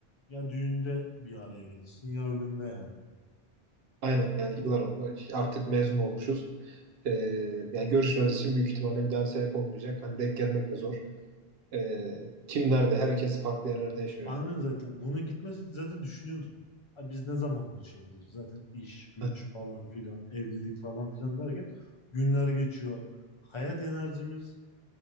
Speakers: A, on the left; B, on the right.
A: ya düğünde bir araya gelirsin ya ölümde yani.
B: Aynen
A: Yani
B: yani yıllar oldu. Artık mezun olmuşuz. Ee, yani görüşmemiz için büyük ihtimalle bir daha sebep olmayacak. Hani denk gelmek de zor. Ee, kim nerede? Herkes farklı yerlerde yaşıyor
A: aynen
B: yani.
A: zaten buna gitmesek zaten düşünüyorduk. Ay biz ne zaman buluşabiliriz? Zaten iş, güç
B: Evet.
A: falan filan, evlilik falan filan derken günler geçiyor. Hayat enerjimiz